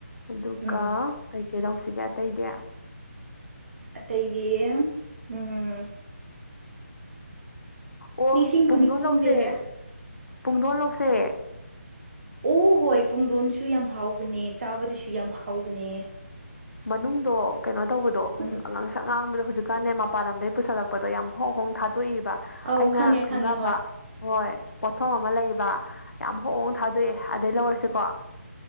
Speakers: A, on the left; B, on the right.
A: ꯑꯗꯨꯒ
B: ꯎꯝ
A: ꯀꯩꯀꯩ ꯂꯧꯁꯤꯒꯦ ꯑꯇꯩꯗꯤ
B: ꯑꯠꯇ ꯏꯗꯦ ꯎꯝ
A: ꯑꯣ
B: ꯅꯤꯡꯁꯤꯡꯕꯨ
A: ꯄꯨꯡꯗꯣꯟ
B: ꯅꯤꯡꯁꯤꯡꯗꯦꯅꯦ
A: ꯂꯧꯁꯦ ꯄꯨꯡꯗꯣꯟ ꯂꯧꯁꯦ
B: ꯑꯣ ꯍꯣꯏ ꯄꯨꯡꯗꯣꯟꯁꯨ ꯌꯥꯝ ꯍꯥꯎꯕꯅꯦ ꯆꯥꯕꯗꯁꯨ ꯌꯥꯝ ꯍꯥꯎꯕꯅꯦ
A: ꯃꯅꯨꯡꯗꯣ ꯀꯩꯅꯣ ꯇꯧꯕꯗꯣꯁꯛ
B: ꯎꯝ
A: ꯉꯥꯡꯕꯗꯣ ꯍꯧꯖꯤꯛ ꯍꯧꯖꯤꯀꯥꯟ ꯃꯄꯥꯟ ꯂꯝꯝꯗꯒꯤ ꯄꯨꯜꯂꯛꯄꯗꯣ ꯌꯥꯝ ꯍꯣꯡ ꯍꯣꯡ ꯊꯥ ꯇꯣꯛꯏꯕ
B: ꯑꯧ
A: ꯑꯩꯅ
B: ꯈꯪꯉꯦ
A: ꯈꯪꯅꯕ
B: ꯈꯪꯉꯦ ꯍꯣꯏ
A: ꯍꯣꯏ ꯄꯣꯠꯐꯝ ꯑꯃ ꯂꯩꯕ ꯌꯥꯝ ꯍꯣꯡꯣꯡ ꯊꯥꯗꯣꯛꯑꯦ ꯑꯗꯩ ꯂꯧꯔꯁꯤꯀꯣ